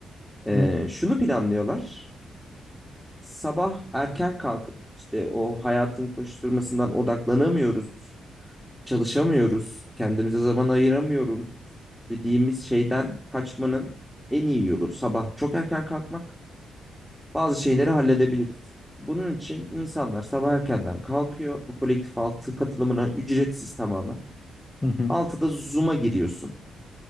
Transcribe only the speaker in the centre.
Ee,
şunu planlıyorlar. Sabah erken kalkıp işte o hayatın koşturmasından odaklanamıyoruz, çalışamıyoruz, kendimize zaman ayıramıyoruz dediğimiz şeyden kaçmanın en iyi yolu sabah çok erken kalkmak. bazı şeyleri halledebiliriz. Bunun için insanlar sabah erkenden kalkıyor. Bu kolektif altı katılımına ücretsiz tamamen.
Altıda Zoom'a giriyorsun.